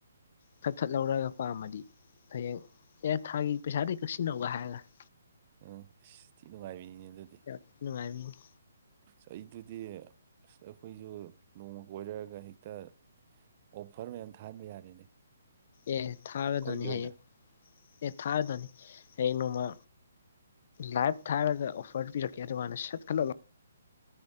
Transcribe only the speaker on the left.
ꯐꯠ ꯐꯠ ꯂꯧꯔꯒ ꯄꯥꯝꯃꯗꯤ ꯍꯌꯦꯡ ꯑꯦ ꯊꯥꯒꯤ ꯄꯩꯁꯥꯗꯒꯤ ꯀꯛꯁꯤꯟꯅꯧꯒ ꯍꯥꯏꯔꯒ
ꯌꯥꯝ ꯅꯨꯡꯉꯥꯏꯕꯤꯅꯤ
ꯑꯦ ꯊꯥꯔꯗꯣꯅꯤ
ꯍꯌꯦꯡ ꯑꯦ ꯊꯥꯔꯗꯣꯏꯅꯤ ꯍꯌꯦꯡ ꯅꯣꯡꯃ ꯂꯥꯏꯚ ꯊꯥꯔꯒ ꯑꯣꯐꯔ ꯄꯤꯔꯛꯀꯦ ꯑꯗꯨꯀꯥꯟꯗ ꯁꯠꯀꯅꯣ